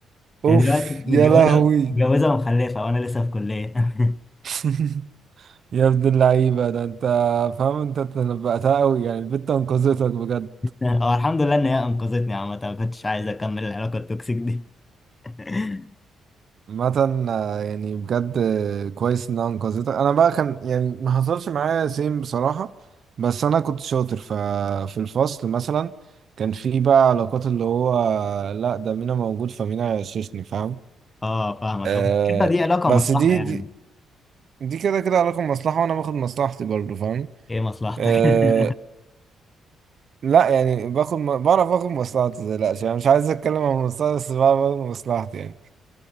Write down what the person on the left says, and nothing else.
هي دلوقتي
متجوزه
متجوزه ومخلفه وانا لسه في كليه <laughs>
هو الحمد لله ان هي انقذتني عامه ما كنتش عايز اكمل العلاقه التوكسيك دي <laughs>
اه فاهمك
أه، كده دي علاقه
مصلحه
يعني
ايه مصلحتك
<laughs>